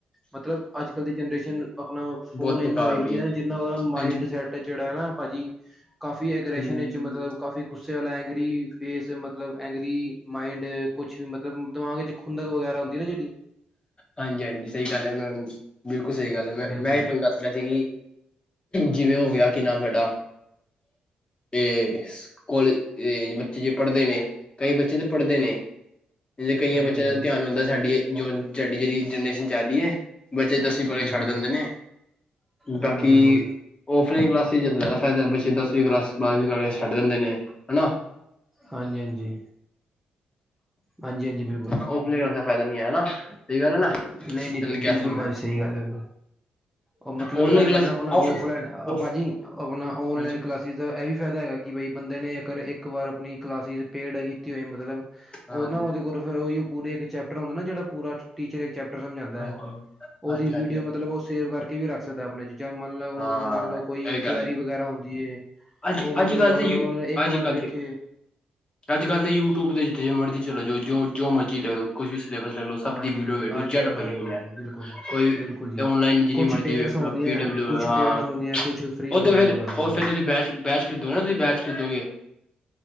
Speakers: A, in the centre; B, on the left.
A: ਮਤਲਬ ਅੱਜ ਅੱਜ ਕੱਲ ਦੀ ਜਨਰੇਸ਼ਨ ਆਪਣਾ
B: ਬਹੁਤ
A: ਫੋਨ ਇੰਨਾ
B: ਬੇਕਾਰ
A: ਵੇਖ
B: ਹੋ ਰਹੀ
A: ਜਿੰਨਾ
B: ਹੈ
A: -ਜਿੰਨਾ ਉਹਦਾ ਮਾਈੰਡ
B: ਅੱਜ
A: ਸੈੱਟ ਜਿਹੜਾ ਭਾਜੀ। ਕਾਫੀ ਐਗਰੇਸ਼ਨ
B: ਹਮ
A: ਵਿੱਚ ਮਤਲਬ ਕਾਫੀ ਗੁੱਸੇ ਵਾਲਾ ਏਂਗਰੀ ਫੇਸ ਮਤਲਬ ਐਂਗਰੀ ਮਾਇੰਡ ਕੁਛ ਵੀ ਮਤਲਬ ਦਿਮਾਗ ਚ ਖੁੰਦਕ ਵਗੈਰਾ ਹੁੰਦੀ ਨਾ ਜਿਹੜੀ
B: ਹਾਂਜੀ- ਹਾਂਜੀ ਸਹੀ ਗੱਲ ਹੈ ਮੈਂ ਬਿਲਕੁਲ ਸਹੀ ਗੱਲ ਹੈ, ਮੈਂ
A: ਬਿਲਕੁਲ
B: ਮੈਂ
A: ਜੀ
B: ਤੁਹਾਨੂੰ ਦੱਸ ਰਿਹਾ ਸੀ ਕਿ ਜਿਵੇਂ ਹੋ ਗਿਆ ਕਿ ਨਾਮ ਸਾਡਾ ਤੇ ਕੋਲਜ ਬੱਚੇ ਜੇ ਪੜ੍ਹਦੇ ਨੇ ਕਈ ਬੱਚੇ ਤਾਂ ਪੜ੍ਹਦੇ ਨੇ, ਤੇਂ ਕਈਆਂ
A: ਹਾਂਜੀ
B: ਬੱਚਿਆਂ
A: ਹਾਂਜੀ
B: ਦਾ ਧਿਆਨ ਹੁੰਦਾ ਸਾਡੀ ਜੌਨ ਸਾਡੀ ਜਿਹੜੀ ਜਨਰੇਸ਼ਨ ਚੱਲਦੀ ਹੈ। ਬੱਚੇ ਦਸਵੀਂ ਪਾ
A: ਹਾਂਜੀ
B: ਕੇ ਛੱਡ
A: ਹਾਂਜੀ
B: ਦਿੰਦੇ ਨੇ
A: ਬਿਲਕੁਲ
B: ਬਾਕੀ
A: ਬਿਲਕੁਲ
B: ਓਫਲਾਈਨ ਕਲਾਸਿਸ ਜ਼ਿਆਦਾ ਫਾਇਦਾ ਬੱਚੇ ਦਸਵੀਂ ਕਲਾਸ ਬਾਰਵੀਂ ਪਾ ਕੇ ਛੱਡ ਦਿੰਦੇ ਨੇ ਹੈ ਨਾ
A: ਹਾਂਜੀ ਹਾਂਜੀ ਹਾਂਜੀ ਹਾਂਜੀ ਬਿਲਕੁਲ
B: ਓਫਲਾਈਨ ਹੋਣ ਦਾ ਫਾਇਦਾ ਨਹੀਂ ਹੈ। ਨਾ
A: ਨਹੀਂ-
B: ਗੱਲ ਹੈ
A: ਨਹੀਂ
B: ਤੈਨੂੰ ਕਿਹਾ
A: ਬਿਲਕੁਲ
B: ਸੀ ਉਹਨੂੰ।
A: ਭਾਜੀ ਸਹੀ ਗੱਲ ਹੈ, ਉਹ ਮਤਲਬ
B: ਔਨਲਾਈਨ
A: ਇਹ
B: ਕਲਾਸ
A: ਨਾ ਆਪਣਾ
B: ਔਫ
A: ਓਫਲਾਈਨ
B: ਔਫ
A: ਭਾਜੀ ਆਪਣਾ ਔਨਲਾਈਨ
B: ਹਾਂਜੀ
A: ਕਲਾਸਿਸ ਦਾ ਇਹ ਵੀ ਫਾਇਦਾ ਹੈਗਾ ਕਿ ਬਈ ਬੰਦੇ ਨੇ ਇੱਕ ਵਾਰੀ, ਇੱਕ ਵਾਰ ਆਪਣੀ ਕਲਾਸ ' ਪੇੜ ਕੀਤੀ ਹੋਏ ਮਤਲਬ
B: ਹਾਂਜੀ
A: ਉਹ ਨਾ ਉਹਦੇ ਕੋਲੋਂ ਫਿਰ ਉਹੀ ਪੂਰੇ ਇੱਕ ਚੈਪਟਰ ਹੁੰਦਾ ਨਾ ਜਿਹੜਾ ਪੂਰਾ ਟੀਚਰ ਚੈਪਟਰ ਸਮਝਾਂਦਾ
B: ਹਾਂਜੀ
A: ਹੈ, ਉਹਦੀ
B: ਹਾਂਜੀ ਹਾਂਜੀ
A: ਵੀਡੀਓ
B: ਹਾਂਜੀ
A: ਮਤਲਬ ਉਹ ਸੇਵ ਕਰਕੇ, ਕੇ ਇਹ ਵੀ ਰੱਖ ਸਕਦਾ ਆਪਣੇ ਜੀ, ਜਾਂ ਮੰਨਲਓ ਉਹਨੂੰ
B: ਹਾਂ
A: ਮੰਨ ਲਓ ਕੋਈ
B: ਇਹ ਗੱਲ
A: ਕੁਵੈਰੀ
B: ਹੈ
A: ਵਗੈਰਾ ਹੁੰਦੀ ਹੈ
B: ਅੱਜ
A: ਉਹ ਮਤਲਬ
B: ਅੱਜ ਕੱਲ੍ਹ ਤੇ
A: ਅਗਰ
B: ਯੂ
A: ਉਹਨ ਇੱਕ
B: ਅੱਜ
A: ਵਾਰ
B: ਕੱਲ੍ਹ
A: ਵਖ
B: ਤੇ ਅੱਜ ਕੱਲ ਤੇ ਯੂਟੀਊਬ ਤੇ ਜ ਮਰਜ਼ੀ ਚਲੋ ਜਾ। ਜੋ ਜੋ ਮਰਜ਼ੀ ਲ ਕੁਛ ਵੀ ਲ ਸਭ
A: ਹਾਂਜੀ
B: ਦੀਓ
A: ਹਾਂਜੀ ਅੱਜ
B: ਜੱ
A: ਕੱਲ੍ਹ
B: ਪ
A: ਹਾਂਜੀ
B: ਹੋ
A: ਹਾਂਜੀ ਬਿਲਕੁਲ
B: ਕੋਈ
A: ਬਿਲਕੁਲ ਜੀ
B: ਆਨਲਾਈਨ ਨੂੰ ਜਿਨੀ
A: ਕੁਛ
B: ਮਰਜ਼ੀ
A: ਪੇਡਸ
B: ਵੇਖ
A: ਹੁੰਦੀਆਂ
B: ਲ ਪੀ ਡਬਲਿਊ
A: ਕੁਛ
B: ਹਾਂ
A: ਪੇਡ ਹੁੰਦੀਆਂ ਕੁਛ ਫਰੀ ਹੁੰਦੀਆਂ
B: ਉਹ ਤੇ ਫਿਰ
A: ਹਾਜੀ ਬਿਲਕੁਲ
B: ਉਹ ਫਿਰ ਤੁਸੀਂ ਬੈਚ ਬੈਚ ਖਰੀਦੋਗੇ ਨਾ ਤੁਸੀਂ ਬੈਚ ਖਰੀਦੋਗੇ